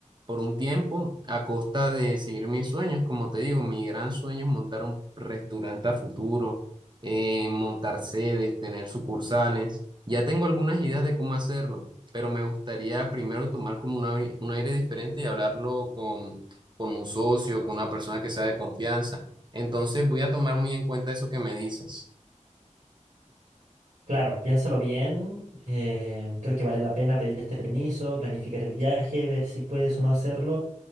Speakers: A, on the right (about 35°); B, on the right (about 70°).
A: por un tiempo a costa de seguir mis sueños. Como te digo, mi gran sueño es montar un restaurante a futuro, eh, montar sedes, tener sucursales. Ya tengo algunas ideas de cómo hacerlo, pero me gustaría primero tomar como un aire, un aire diferente y hablarlo con, con un socio, con una persona que sea de confianza. Entonces voy a tomar muy en cuenta eso que me dices.
B: Claro, piénsalo bien. eh, creo que vale la pena pedir este permiso, planificar el viaje, ver si puedes o no hacerlo,